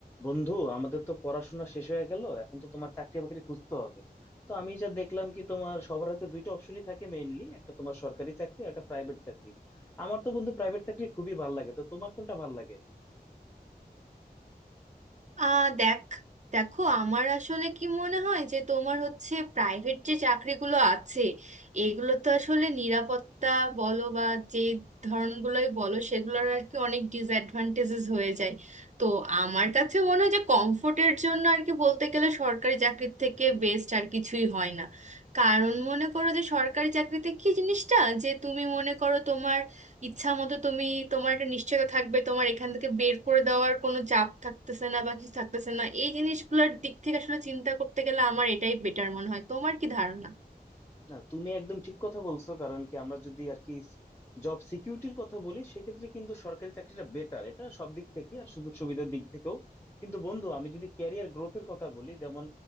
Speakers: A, on the left (about 15°); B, on the right (about 45°).
A: বন্ধু আমাদের তো পড়াশোনা শেষ হয়ে গেল এখন তো তোমার চাকরি বাকরি খুঁজতে হবে তো আমি যা দেখলাম কি তোমার সবার হাতে দুইটা অপশনই থাকে মেইনলি একটা তোমার সরকারি চাকরি আর একটা প্রাইভেট চাকরি আমার তো বন্ধু প্রাইভেট চাকরি খুবই ভালো লাগে তো তোমার কোনটা ভালো লাগে
B: আহ দেখ দেখো আমার আসলে কি মনে হয় যে তোমার হচ্ছে প্রাইভেট যে চাকরিগুলো আছে এগুলো তো আসলে নিরাপত্তা বলো বা যে ধরনগুলোই বলো সেগুলোর আর কি অনেক ডিসঅ্যাডভান্টেজেস হয়ে যায় তো আমার কাছে মনে হয় যে কমফোর্টের জন্য আর কি বলতে গেলে সরকারি চাকরির থেকে বেস্ট আর কিছুই হয় না কারণ মনে করো যে সরকারি চাকরিতে কি জিনিসটা যে তুমি মনে করো তোমার ইচ্ছা মতো তুমি তোমার একটা নিশ্চয়তা থাকবে তোমার এখান থেকে বের করে দেওয়ার কোনো চাপ থাকতেছে না বা কিছু থাকতেছে না এই জিনিসগুলোর দিক থেকে আসলে চিন্তা করতে গেলে আমার এটাই বেটার মনে হয় তোমার কি ধারণা
A: না তুমি একদম ঠিক কথা বলছো কারণ কি আমরা যদি আর কি জব সিকিউরিটির কথা বলি সেক্ষেত্রে কিন্তু সরকারি চাকরিটা বেটার এটা সব দিক থেকে আর সুযোগ সুবিধার দিক থেকেও কিন্তু বন্ধু আমি যদি ক্যারিয়ার গ্রোথের কথা বলি যেমন